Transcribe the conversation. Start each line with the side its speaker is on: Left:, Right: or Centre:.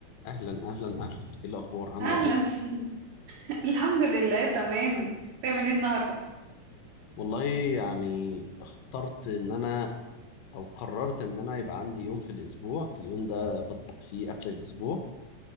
Left: اهلا اهلا اهلا ايه الاخبار عامله
Right: اهلا
Left: ايه
Right: <laughs> الحمد لله تمام تعمل ايه النهارده
Left: والله يعني اخترت ان انا او قررت ان انا يبقى عندي يوم في الاسبوع اليوم ده بطبخ فيه اكل الاسبوع